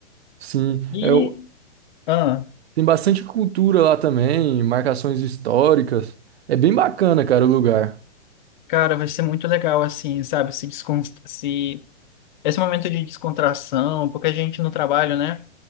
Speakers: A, on the right; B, on the left.
A: sim.
B: E,
A: É, o-
B: ah,
A: tem bastante cultura lá também, marcações históricas. É bem bacana, cara, o lugar.
B: cara, vai ser muito legal, assim, sabe? Se descon... se... Esse momento de descontração, porque a gente no trabalho, né?